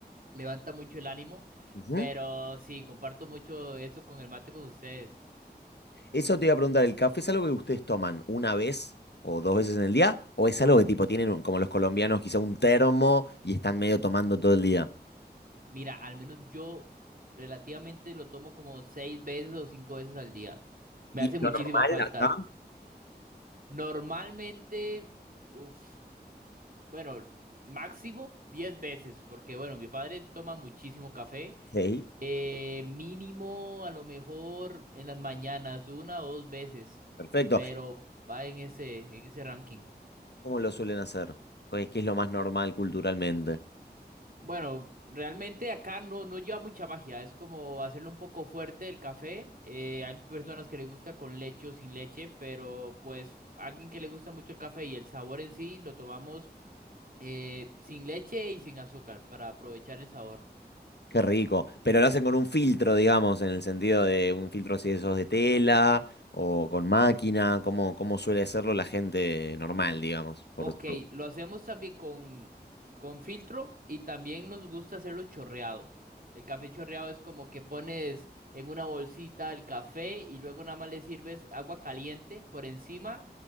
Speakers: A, on the right; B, on the left.
A: levanta mucho el ánimo,
B: Ujú.
A: pero sí, comparto mucho eso con el mate con ustedes.
B: Eso te iba a preguntar, ¿el café es algo que ustedes toman una vez o dos veces en el día? ¿O es algo que tipo tienen, un- como los colombianos, quizá un termo y están medio tomando todo el día?
A: Mira, al menos yo relativamente lo tomo como seis veces o cinco veces al día. Me
B: ¿Y
A: hace muchísima
B: lo normal
A: falta.
B: acá?
A: Normalmente, uff, bueno, máximo diez veces, porque bueno, mi padre toma muchísimo café.
B: Sí.
A: Eh, mínimo, a lo mejor en las mañanas, una o dos veces,
B: Perfecto.
A: pero va en ese, en ese ranking.
B: ¿Cómo lo suelen hacer? Pues, ¿Qué es lo más normal culturalmente?
A: Bueno, realmente acá no, no lleva mucha magia, es como hacerlo un poco fuerte el café. eh, hay personas que le gusta con leche o sin leche, pero pues alguien que le gusta mucho el café y el sabor en sí, lo tomamos eh, sin leche y sin azúcar para aprovechar el sabor.
B: Qué rico. Pero lo hacen con un filtro, digamos, en el sentido de un filtro si eso es de tela o con máquina, como, como suele hacerlo la gente normal, digamos, por
A: Ok,
B: decirlo.
A: lo hacemos también con, con filtro y también nos gusta hacerlo chorreado. El café chorreado es como que pones en una bolsita el café y luego nada más le sirves agua caliente por encima